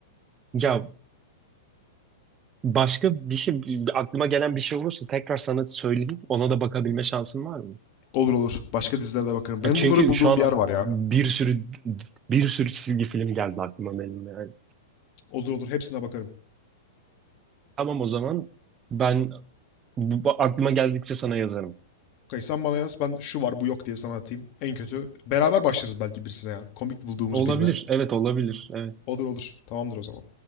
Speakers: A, on the right; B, on the left.
A: Ya Başka bir şey aklıma gelen bir şey olursa tekrar sana söyleyeyim. Ona da bakabilme şansın var mı?
B: Olur olur. Başka dizilere de bakarım. Benim
A: Ya çünkü
B: bunları bulduğum
A: şu an
B: bir yer var ya.
A: bir sürü bir sürü çizgi film geldi aklıma benim yani.
B: Olur olur. Hepsine bakarım.
A: Tamam o zaman ben bu- aklıma geldikçe sana yazarım.
B: Okay, sen bana yaz. Ben şu var bu yok diye sana atayım. En kötü. Beraber başlarız belki birisine ya. Komik bulduğumuz
A: Olabilir.
B: birine.
A: Evet olabilir. Evet.
B: Olur olur. Tamamdır o zaman.